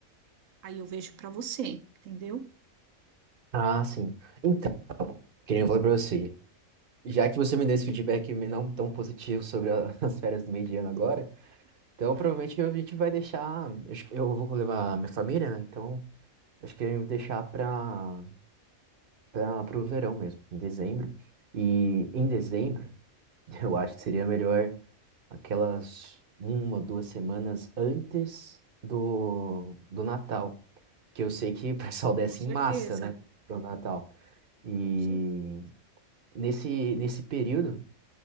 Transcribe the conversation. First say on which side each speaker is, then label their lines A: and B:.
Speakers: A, on the right; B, on the right.
A: aí eu vejo para você, entendeu?
B: Ah, sim. Então, queria falar pra você. Já que você me deu esse feedback não tão positivo sobre a- <laughs> as férias do meio de ano agora, então provavelmente a gente vai deixar. Eu acho que eu vou levar minha família, né? Então Acho que eu vou deixar para para pro verão mesmo, em dezembro. E em dezembro, <laughs> eu acho que seria melhor aquelas uma, duas semanas antes do, do Natal, que eu sei que o pessoal <laughs> desce
A: Com certeza,
B: em massa, né, pro Natal. E
A: com certeza.
B: nesse nesse período,